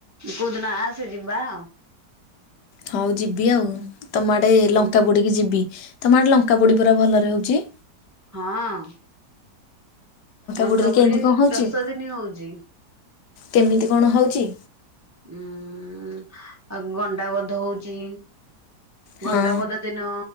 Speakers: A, on the right; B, on the left.
A: କୋଉଦିନ ଆସେ ଯିବା ଆଉ
B: ହଉ ଯିବି ଆଉ ତମ ଆଡ଼େ
A: ହୁଁ।
B: ଲଙ୍କା ପୋଡ଼ିକି ଯିବି ତମ ଆଡ଼େ ଲଙ୍କା ପୋଡ଼ି ପୁରା ଭଲରେ ହେଉଛି।
A: ହଁ ଲଙ୍କା
B: ପୋଡିରେ
A: ପୁଡି
B: କେମିତି କଣ ହଉଛି
A: ଦଶ ଦିନ ହଉଛି।
B: କେମିତି କଣ ହେଉଛି?
A: ଉଁ ଆଉ ଗଣ୍ଡାାବଧ ହଉଚି। ଗଣ୍ଡାପୋଦ
B: ହଁ
A: ଦିନ